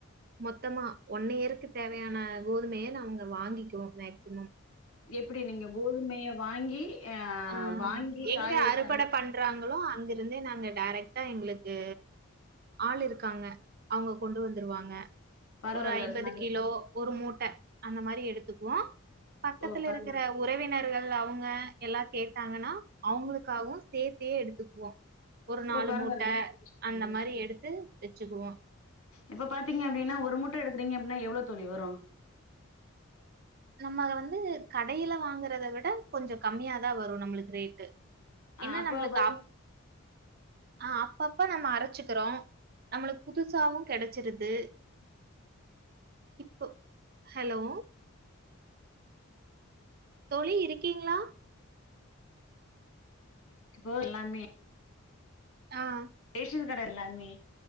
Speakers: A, on the right; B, on the left.
A: மொத்தமா ஒன் இயருக்கு தேவையான கோதுமைய நா அவுங்க வாங்கிக்குவோ மேக்சிமம்
B: எப்டி நீங்க கோதுமைய வாங்கி அ
A: ஆ
B: வாங்கி
A: எங்க
B: காய வச்சு
A: அறுவடை
B: <inaudible>
A: பண்றாங்களோ அங்க இருந்தே நாங்க டைரக்டா எங்களுக்கு ஆள் இருக்காங்க அவங்க கொண்டு வந்துருவாங்க
B: பரவால்ல
A: ஒரு ஐம்பது
B: நல்ல
A: கிலோ
B: விஷ்
A: ஒரு மூட்டை அந்த மாரி எடுத்துக்குவோ பக்கத்துல
B: ஓ பரவால்ல
A: இருக்கிற உறவினர்கள் அவங்க எல்லா கேட்டாங்கன்னா அவங்களுக்காகவு சேர்த்தையே எடுத்துக்குவோ ஒரு நாலு
B: ஓ பரவால்ல
A: மூட்ட
B: நல்ல
A: அந்த
B: விஷயோ
A: மாரி எடுத்து வச்சுக்குவோ
B: இப்ப பாத்திங்கனா அப்டினி ஒரு முட்டை எடுக்குறேங்கன எவ்வளோ தொழி வரும்
A: நம்ம வந்து கடையில வாங்கறத விட கொஞ்சோ கம்மியாதா வரும் நம்மளுக்கு ரேட்டு
B: ஆ
A: என்ன
B: அப்போ
A: நம்ளுக்கு அப்
B: <inaudible>
A: ஆஹ் அப்பப்பா நம்ம அரைச்சுக்கிறோ நம்ளுக்கு புதுசாவு கெடச்சிருது இப்போ ஹலோ தோழி இருக்கீங்ளா
B: இப்போ எல்லாமே
A: ஆஹ்
B: ரேஷன் கடை எல்லாமே